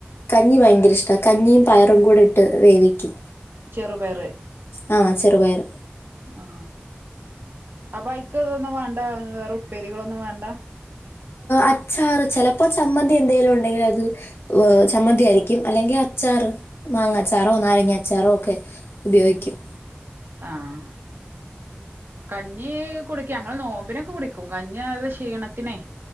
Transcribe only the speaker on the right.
ചെറുപയറ്
ആ അപ്പൊ ഐക്ക് ഇതൊന്നും വേണ്ട വേറെ ഉപ്പേരികളൊന്നും വേണ്ട
ആഹ് കഞ്ഞി കുടിക്കും ഞങ്ങൾ നോമ്പിനൊക്കെ കുടിക്കും കഞ്ഞി അത് ക്ഷീണത്തിനെ